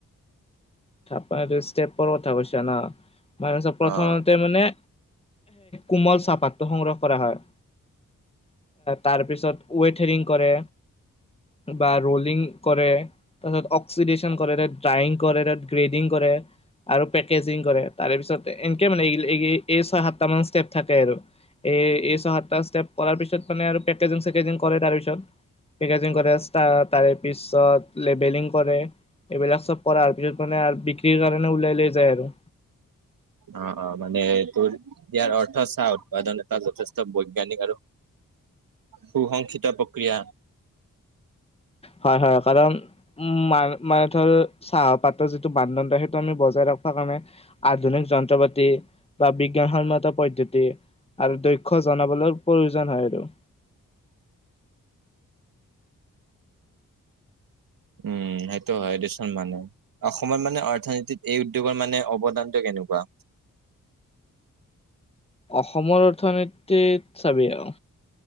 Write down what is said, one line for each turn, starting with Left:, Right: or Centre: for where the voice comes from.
Left: থাপান ষ্টেপৰ কথা কৈছা ন মান প্ৰথমতে
Right: অ',
Left: মানে কোমল চাহপাতটো সংগ্ৰহ কৰা হয়। তাৰ পিছত ৱেট হেৰিং কৰে। বা ৰুলিং কৰে। তাৰপিছত অক্সিডেশচন কৰে তাত ড্ৰাইিং কৰে তাত গ্ৰেডিং কৰে আৰু পেকেজিং কৰে তাৰে পিছত এনেকে মানে এই, এই ছয় সাতটা মান ষ্টেপ থাকে আৰু এই, এই ছয় সাতটা ষ্টেপ কৰাৰ পিছত মানে আৰু পেকেজিং চেকেজিং কৰে তাৰপিছত পেকজিং কৰে তাৰে পিছত লেবেলিং কৰে এইবিলাক চব কৰাৰ পিছত মানে আৰু বিক্ৰীৰ কাৰণে ওলাই লৈ যায় আৰু।
Right: অ', অ', মানে তোৰ ইয়াৰ অৰ্থ চাহ উৎপাদন এটা যথেষ্ট বৈজ্ঞানিক আৰু সু সংসিত প্ৰক্ৰিয়া।
Left: হয়, হয় কাৰণ উ মান মানে ধৰ চাহপাতৰ যিটো মানদণ্ড সেইটো আমি বজাই ৰাখিব কাৰণে আধুনিক যন্ত্ৰ পাতি বা বিজ্ঞানসন্মত পদ্ধতি। আৰু দক্ষ জনাবলৈ প্ৰয়োজন হয় আৰু।
Right: উম, সেইটো হয় দেচোন মানে। অসমত মানে অৰ্থনীতিত এই উদ্যোগৰ মানে অৱদানটো কেনেকুৱা?
Left: অসমৰ অৰ্থনীতিত চাবিই আৰু